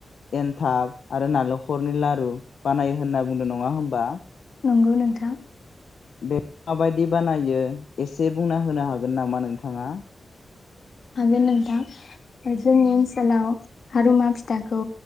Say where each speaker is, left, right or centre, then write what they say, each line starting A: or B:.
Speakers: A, on the left; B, on the left.
A: एन्थाब आरो नाल खरनि लारु बानायो होनना बुंदों नङा होमबा?
B: नंगौ नोंथां।
A: बेखौ माबायदि बानायो एसे बुंना होनो हागोन नामा नोंथाङा?
B: हागोन नोंथां जोंनि ओनसोलाव हारुमा फिथाखौ